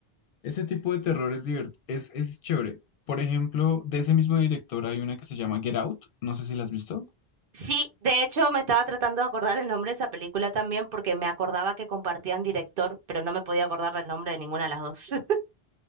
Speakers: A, on the left; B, on the right.
A: Ese tipo de terror es divert- es, es chévere. Por ejemplo, de ese mismo director hay una que se llama Get Out, no sé si la has visto.
B: Sí, de hecho me estaba tratando de acordar el nombre de esa película también porque me acordaba que compartían director, pero no me podía acordar del nombre de ninguna de las dos. <laughs>